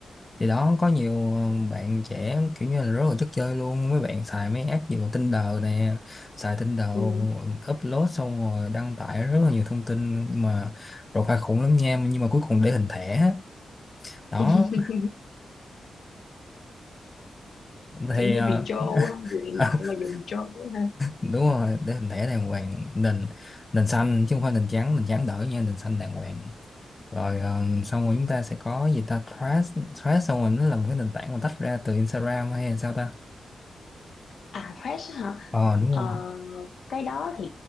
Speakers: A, on the left (about 25°); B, on the left (about 70°).
A: thì đó có nhiều ờ, bạn trẻ kiểu như là rất là chất chơi luôn mấy bạn xài mấy app gì còn Tinder nè xài Tinder
B: ừ.
A: upload xong rồi đăng tải rất là nhiều thông tin mà profile khủng lắm nha nhưng mà cuối cùng để hình thẻ á. đó
B: <laughs> kiểu
A: thì
B: như
A: ờ,
B: retro á, vừa hiện
A: <laughs>
B: đại mà vừa retro nữa ha
A: đúng rồi để hình thẻ đàng hoàng nền nền xanh chứ không phải nền trắng nền trắng đỡ nha nền xanh đàng hoàng rồi um, xong rồi chúng ta sẽ có gì ta Threads Threads xong rồi nó là một cái nền tảng mà tách ra từ Instagram hay là sao ta
B: à fresh hả
A: ờ đúng
B: Ờ,
A: không
B: cái đó thì